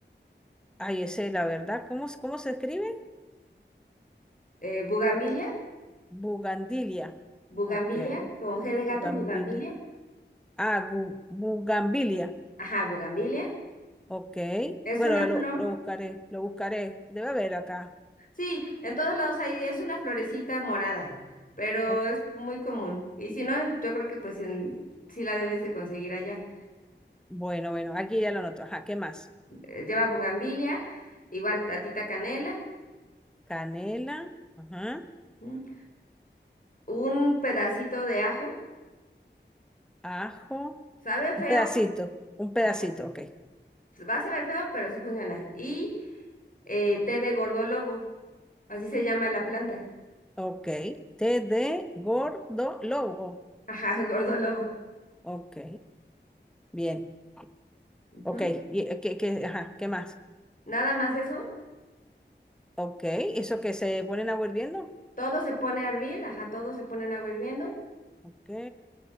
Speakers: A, in the centre; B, on the left.
A: Ay, ese, la verdad, ¿cómo, se- cómo se escribe?
B: Eh, bugambilia,
A: Bugandilia.
B: bugambilia,
A: Ok,
B: con G de gato,
A: bugambilia.
B: bugambilia.
A: Ah, bu- bugambilia.
B: Ajá, bugambilia.
A: Ok,
B: Es
A: bueno,
B: una flor.
A: lo, lo buscaré, lo buscaré. Debe haber acá.
B: Sí, en todos lados hay, es una florecita morada, pero
A: O-
B: es muy común. Y si no, yo creo que pues en, sí la debes de conseguir allá.
A: bueno, bueno, aquí ya lo anoto. Ajá, ¿qué más?
B: Eh, lleva bugambilia, igual tatita canela,
A: Canela, ajá,
B: ¿m? un pedacito de ajo,
A: ajo,
B: sabe feo,
A: un pedacito, un pedacito,
B: ajá,
A: ok.
B: va a saber feo, pero sí funciona. Y eh, té de gordolobo, así se llama la planta.
A: Ok, té de gordo lobo.
B: Ajá, <laughs> gordolobo.
A: Ok, bien.
B: ujú.
A: Ok, y, eh, ¿qué, qué- ajá, ¿qué más?
B: Nada más eso,
A: Ok, eso que se ponen a hirviendo.
B: todo se pone a hervir, ajá, todo se pone en agua hirviendo
A: Ok,